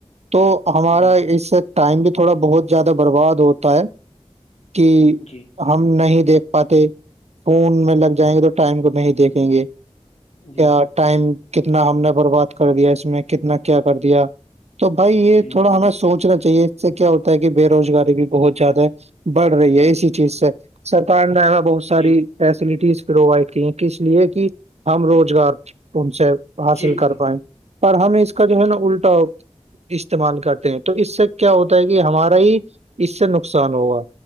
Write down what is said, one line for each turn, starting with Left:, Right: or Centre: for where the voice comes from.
Right: تو ہمارا
Left: جی
Right: اس سے ٹائم بھی تھوڑا بہت زیادہ برباد ہوتا ہے کہ
Left: جی
Right: ہم نہیں دیکھ پاتے فون میں لگ جائیں گے تو ٹائم کو نہیں دیکھیں گے
Left: جی
Right: کیا ٹائم کتنا ہم نے برباد کر دیا اس میں کتنا کیا کر دیا تو بھائی یہ
Left: جی
Right: تھوڑا ہمیں سوچنا چاہیے سے کیا ہوتا ہے کہ بے روزگاری بھی بہت زیادہ بڑھ رہی ہے اسی چیز سے سرکار نے بہت ساری
Left: جی
Right: فیسلٹیز پرووائڈ کیے کہ اس لیے کہ ہم روزگار ان سے حاصل
Left: جی
Right: کر پائیں پر ہم اس کا جو ہے نا الٹا استعمال کرتے ہیں تو اس سے کیا ہوتا ہے کہ ہمارا ہی اس سے نقصان ہوگا